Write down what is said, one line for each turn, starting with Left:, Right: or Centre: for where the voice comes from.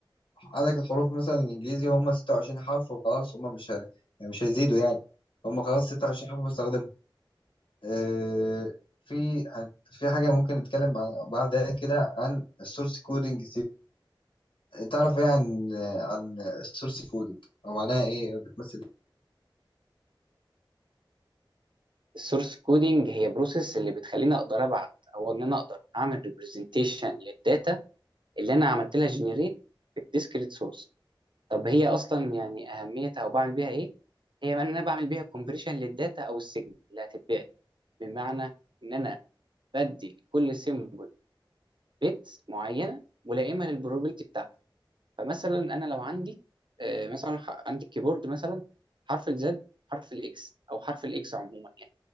Left: عندك الحروف مثلا الإنجليزي هم 26 حرف وخلاص هم مش ه... يعني مش هيزيدوا يعني هم خلاص 26 حرف بستخدمهم آه، في في حاجة ممكن نتكلم بعد- بعدها كده عن السورس كودينج تعرف ايه عن عن السورس كودنج او معناها ايه أو بتمثل
Right: السورس كودينج هي بروسيس اللي بتخليني اقدر ابعت او ان انا اقدر اعمل ريبرزنتيشن للداتا اللي انا عملت لها جنريت بالديسكريت سورس طب هي اصلا يعني اهميتها او بعمل بيها ايه هي ان انا بعمل بيها كومبريشن للداتا او السيجنال اللي هتتبعت بمعنى ان انا بدي كل سيمبل بيتس معينه ملائمه للبروبابيلتي بتاعتك فمثلا انا لو عندي آه، مثلا ح- عندي الكيبورد مثلا حرف الزد حرف الاكس او حرف الاكس عموما يعني